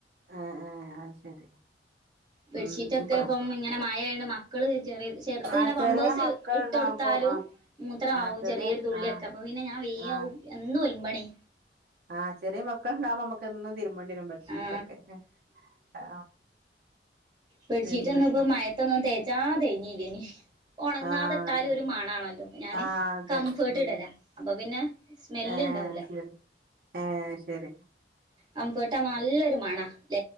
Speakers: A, on the right; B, on the right.
A: ആ ആ അത് ശരി
B: ബെഡ്ഷീറ്റ്
A: ഉം
B: ഒക്കെ
A: ഇപ്പ
B: ഇപ്പം ഇങ്ങനെ മഴയായോണ്ട് മക്കള് ചെറിയ ചെറുത്
A: ആ
B: ഇങ്ങനെ പമ്പേഴ്സ്
A: ചെറിയ മക്കൾണ്ടാവുമ്പോ
B: ഇട്ട് കൊടുത്താലും
A: ആ
B: മൂത്രമാ
A: ആ
B: ആവും
A: ചെറിയ
B: ചെറിയൊരു തുള്ളിയൊക്കെ
A: ആ
B: അപ്പ പിന്നെ ഞാൻ
A: ആ
B: എന്നും ഒലമ്പണേ
A: ആ ചെറിയ മക്കളുണ്ടാവുമ്പോ നമുക്ക് എന്നും തിരുമേണ്ടി വരും ബെഡ് ഷീറ്റൊക്കെ
B: ആ
A: ആ
B: ബെഡ്
A: പിന്നെ
B: ശീറ്റൊക്കെ ഒന്നും ഇപ്പ മഴത്തൊന്നും തേച്ചാ തേഞ്ഞല്ലേനി ഉണങ്ങാതിട്ടാല്
A: ആ അതെ
B: ഒരു മണാണല്ലോ ഞാന്
A: ആ അതെ
B: കംഫേർട്ട്
A: ഉം
B: ഇടല അപ്പൊ പിന്നെ സ്മെല്
A: ഏ
B: ഇണ്ടാമൂല
A: ശരി ഏ ശരി
B: കംഫോർട്ട് ആ നല്ലൊരു മണ അല്ലെ